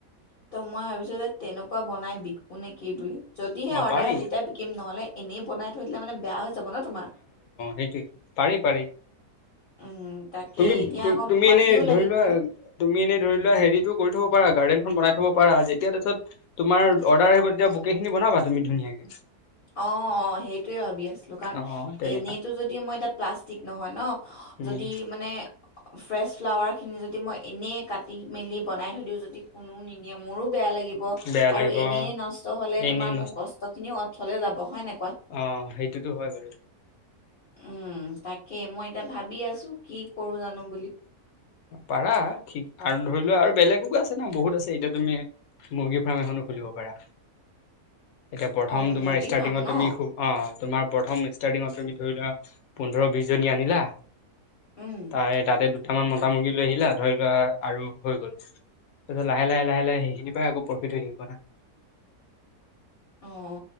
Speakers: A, on the left; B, on the left.
A: ত মই ভাবিছো ত তেনেকুৱা বনাই বিকো নে কি বুলি যদিহে
B: অ',
A: অৰ্ডাৰ
B: পাৰি
A: আহে তেতিয়া বিকিম নহ'লে এনেই বনাই থৈ দিলে মানে বেয়া হৈ যাব ন তোমাৰ
B: সেইটো পাৰি পাৰি
A: উম তাকে
B: তুমি
A: এতিয়া আকৌ
B: তুমি
A: মাটিও
B: এনে ধৰি
A: লাগিব
B: লোৱা
A: যে
B: তুমি এনেই ধৰি লোৱা হেৰিটো কৰি থব পাৰা গাৰ্ডেনখন বনাই থব যেতিয়া তাৰপিছত অৰ্ডাৰ আহিব তেতি বুকে খিনি বনাবা তুমি ধুনীয়াকে
A: অ অ সেইটোৱে ভাবি আছিলো কাৰণ
B: অ', তেনেকা
A: এনেইটো যদি মই এতিয়া প্লাতিক নহয় ন
B: উম,
A: যদি মানে ফ্ৰেছ ফ্লাৱাৰ খিনি যদি যদি মই এনেই কাটি মেলি বনাই থৈ দিওঁ যদি কোনো মোৰো বেয়া লাগিব
B: বেয়া
A: আৰু
B: লাগিব
A: এনেই
B: অ',
A: নষ্ট হলে
B: এনেই
A: তোমাৰ মোৰ কষ্ট খিনিও অথলে যাব হয় নে
B: অঁ সেইটোতো হয় বাৰু।
A: উম তাকেই মই এতিয়া ভাবি আছো কি কৰো জানো বুলি।
B: পাৰা কি আৰু ধৰি লোৱা আৰু বেলেগকো আছে না বহুত আছে, এতিয়া তুমি মুৰ্গী ফাৰ্ম এখনত- খুলিব পাৰা।
A: <unintelligible> <inaudible>
B: এতিয়া প্ৰথম তোমাৰ
A: মুৰ্গী
B: ষ্টাৰ্টিঙত
A: ফাৰ্ম ন
B: তুমি খুব অঁ- তোমাৰ প্ৰথম ষ্টাৰ্টিঙত তুমি ধৰি লোৱা পোন্ধৰ বিশ জনী আনিলা-
A: উম
B: তাৰে তাতে দুটামান মতা মুৰ্গী লৈ আহিলা ধৰি লোৱা আৰু হৈ গ'ল। তাৰপিছত লাহে লাহে লাহে লাহে সেইখিনিৰ পৰাই আকৌ প্ৰফিট হৈ থাকিব না।
A: <unintelligible> অঁ